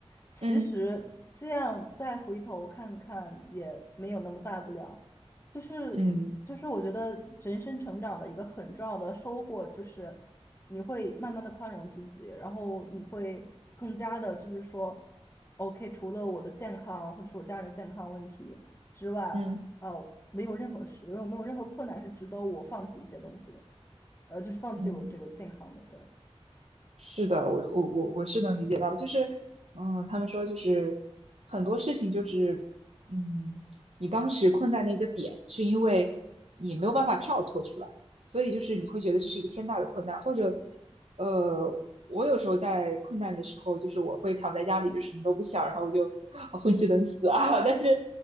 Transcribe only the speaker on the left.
其实这样再回头看看也没有那么大不了。
就是就是我觉得人生成长的一个很重要的收获就是
你会慢慢的宽容自己，然后你会更加的就是说，OK，除了我的健康或者是我家人的健康问题。之外，
呃，没有任何事，没有没有任何困难是值得我放弃一些东西的，呃，就是放弃我这个健康的，
对，